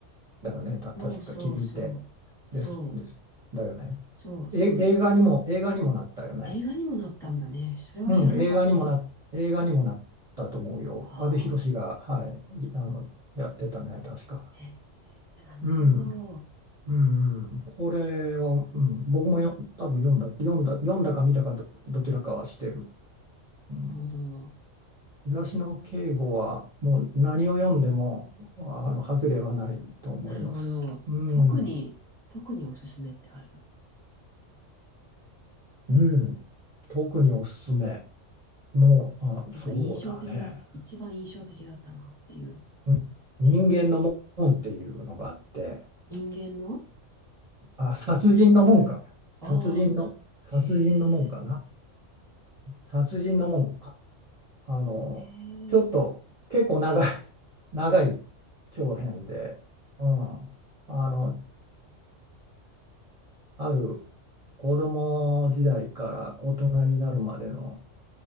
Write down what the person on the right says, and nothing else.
だよね。た、確かキリンって
です、です。だよね。
え、映画にも、映画にもなったよね。
うん、映画にもな、映画にもなったと思うよ。
阿部寛が、はい、いあの、やってたね、確か。
うん。うんうん、これは、うん、僕もよ多分読んだ、読んだ、読んだか見たかど、どちらかはしてる。うん、
東野圭吾はもう何を読んでもあの外れはないと思います。
うん、
うん、特におすすめ。もう、あ、
そうだね。
うん人間の門っていうのがあって、
あ、殺人の門か。
殺人の、殺人の門かな。
殺人の門か。あの、
ちょっと結構長い、
<laughs> 長い長編で、うん、あの、ある子供時代から大人になるまでの、